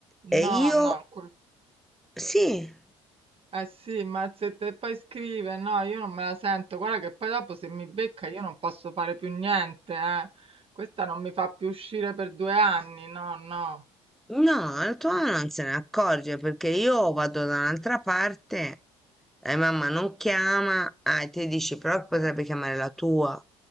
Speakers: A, in the centre; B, on the right.
A: E
B: No,
A: io...
B: no, que-
A: Sì.
B: eh sì, ma se te poi scrive, no, io non me la sento, guarda che poi dopo se mi becca io non posso fare più niente, eh. Questa non mi fa più uscire per due anni, no, no.
A: No, la tua mamma non se ne accorge perché io vado da un'altra parte e mamma non chiama, ah, e te dici però che potrebbe chiamare la tua.